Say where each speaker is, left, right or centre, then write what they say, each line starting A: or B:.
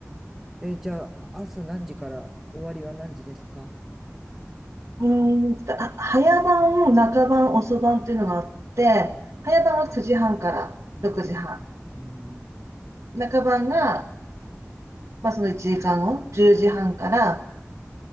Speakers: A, in the centre; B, on the right.
A: えーじゃあ、朝何時から終わりは何時ですか
B: うーん、あ、早番、中番、遅番っていうのがあって、早番が9時半から6時半。
A: うんうん
B: 中番が、まあ、その1時間後、10時半から、